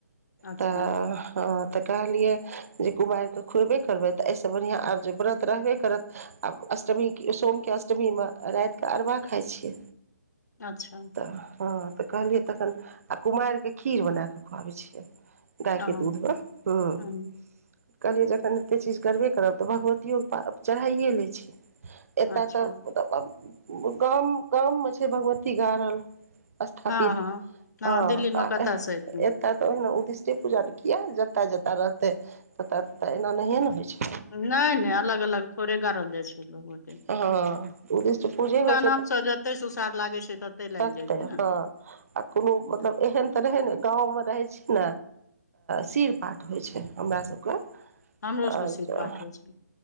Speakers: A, on the left; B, on the right.
A: अच्छा
B: तऽ हँ तऽ कहलियै जे कुमारके खुुएबे करबै तऽ एहिसँ बढ़ियाँ आब जे व्रत रहबे करत आब अष्टमी सोम के अष्टमी मे रातिके अरवा खाइ छियै,
A: अच्छा।
B: तऽ हँ तऽ कहलियै तखन आ कुमारिक के खीर बना कऽ खुआबै छियै, गायके
A: हँ
B: दूध मे हुँ।
A: हूँ
B: कहलियै जखन एतेक चीज करबे करब तऽ भगवतियो के प चढ़ाइए लै छी एतय
A: अच्छा
B: तऽ मतलब गाम गाम में छै भगवती गाड़ल स्थापित
A: हँ हँ हँ
B: <unintelligible>
A: दिल्लीमे कतयसँ एथिन
B: तऽ ते ओहिने उद्दिष्टे पूजा ने किया जताे जताे रहते ततऽ ततऽ एना नहिये नै होइ छै
A: नय नय अलग अलग थोड़े गाड़ल जा छै लो
B: हँ उदिष् पूजे होइ छै
A: नामसँ
B: तऽ
A: जते सुसार लागै छै लागि
B: तते
A: जाइ छै ने
B: हँ आ कोनो मतलब एहन तऽ रहै ने गाँमे रहै छी न सिर पाट होइ छै हमरा सब कऽ
A: हमरो
B: अच्छा
A: सबके सिर पाठ होइ छै